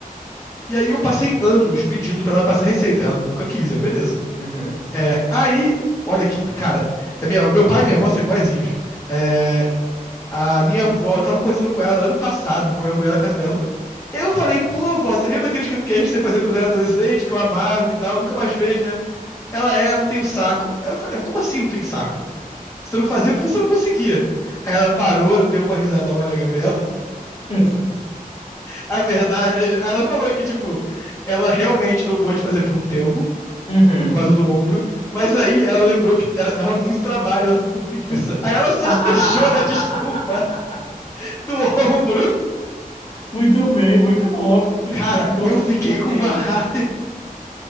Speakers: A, on the left (about 20°); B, on the left (about 40°).
A: E aí eu passei anos pedindo pra ela passar receita. Ela nunca quis, eu, beleza.
B: Uhum.
A: É, aí, olha que, cara, a minha- meu pai e minha avó são iguaizinhos. É, a minha avó, eu tava conversando com ela ano passado, com a minha mulher na casa dela. E aí eu falei, pô, avó, você lembra aqueles cupcakes que você fazia quando eu era adolescente, que eu amava e tal? Nunca mais fez, né? Ela é, não tem o saco. Aí eu falei, "Ah, como assim não tem saco? Você não fazia porque você não conseguia. Aí ela parou, deu uma risada, olha, Gabriel.
B: Uhum.
A: A verdade, ela falou que, tipo, ela realmente não pôde fazer por um tempo,
B: Uhum.
A: por causa do ombro, mas aí ela lembrou que era, dava muito trabalho, ela ficou com preguiça.
B: Uhum.
A: Aí ela só
B: <laughs>
A: <laughs> arranjou a desculpa do ombro.
B: Muito bem, muito bom. <laughs>
A: Cara, eu fiquei
B: Gostei.
A: com uma raiva.